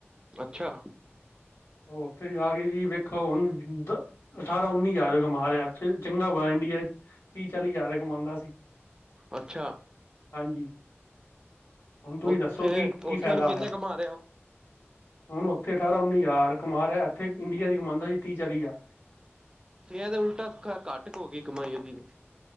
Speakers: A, on the right (about 15°); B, on the left (about 70°).
A: ਅੱਛਾ।
B: ਓਥੇ ਜਾ ਕੇ ਜੀ ਵੇਖੋ ਹੂਨ ਦ ਸਾਰਾ ਉੱਨੀ ਹਜ਼ਾਰ ਕਮਾ ਰਿਹਾ ਇਥੇ ਚੰਗਾ ਬੜਾ ਇੰਡੀਆ ਤੀਹ ਚਾਲੀ ਹਜ਼ਾਰ ਕਮਾਂਦਾ ਸੀ।
A: ਅੱਛਾ।
B: ਹਾਂਜੀ, ਹੁਨ ਤੁਸੀਂ
A: ਉੱਥੇ-ਉੱਥੇ
B: ਦੱਸੋ ਕਿ-ਕੀ ਫੈਦਾ
A: ਹੁਣ
B: ਹੋਏਆ?
A: ਕਿੰਨੇ ਕਮਾ ਰਿਹਾ ਉਹ
B: ਹੁਣ ਓਥੇ ਠਾਰਾਂ ਉੱਨੀ ਜ਼ਾਰ ਕਮਾ ਰਿਹਾ, ਏਥੇ ਇੰਡੀਆ ਚ ਕਮਾਂਦਾ ਸੀ ਤੀਹ ਚਾਲੀ ਜ਼ਾਰ।
A: ਸਵੇਰ ਦੇ ਉਲਟਾ ਘੱਟ ਕੁ ਹੋ ਗਈ ਕਮਾਈ ਉਹਦੀ ਵੀ